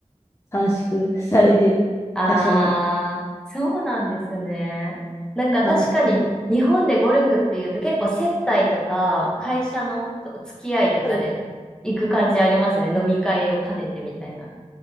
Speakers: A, on the left; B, in the centre.
A: 短縮されてる、
B: ああ、
A: 多少は。
B: そうなんですね。なんか確かに日本でゴルフっていうと結構接待とか会社のお付き合いとかで行く感じありますよね。
A: はい。そうです。
B: 飲み会を兼ねてみたいな。